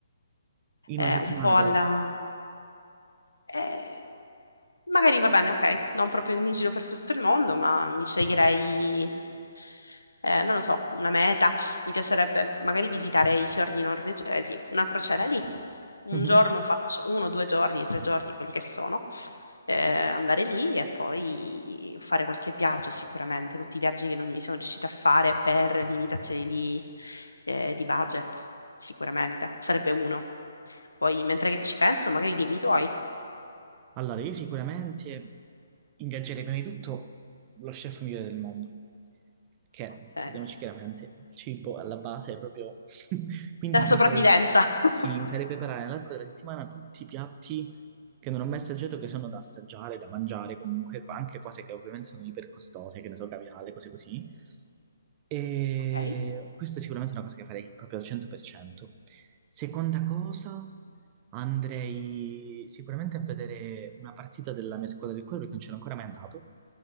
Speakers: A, on the right; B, on the left.
A: in
B: Eh,
A: una settimana
B: un po'
A: però.
B: alla... Eh, magari va bene, ok, non proprio in giro per tutto il mondo, ma mi sceglierei, eh, non lo so, una meta. Mi piacerebbe magari visitare i fiordi norvegesi, una crociera lì. Un
A: Mhm.
B: giorno faccio, uno, due giorni, tre giorni, quelli che sono, eh, andare lì e poi fare qualche viaggio sicuramente, tutti i viaggi che non mi sono riuscita a fare per limitazioni di, eh, di budget, sicuramente. Sarebbe uno. Poi, mentre che ci penso, magari dimmi i tuoi.
A: Allora, io sicuramente ingaggerei prima di tutto lo chef migliore del mondo, perché,
B: Ok.
A: parliamoci chiaramente, il cibo alla base è proprio... <laughs> Quindi
B: Della sopravvivenza.
A: mi farei,
B: <laughs>
A: sì, mi farei preparare nell'arco della settimana tutti i piatti che non ho mai assaggiato, che sono da assaggiare, da mangiare, comunque anche cose che ovviamente sono ipercostose, che ne so, caviale, cose così. E
B: Ok.
A: questa è sicuramente una cosa che farei proprio al 100%. Seconda cosa, andrei sicuramente a vedere una partita della mia squadra del cuore perché non c'ero ancora mai andato.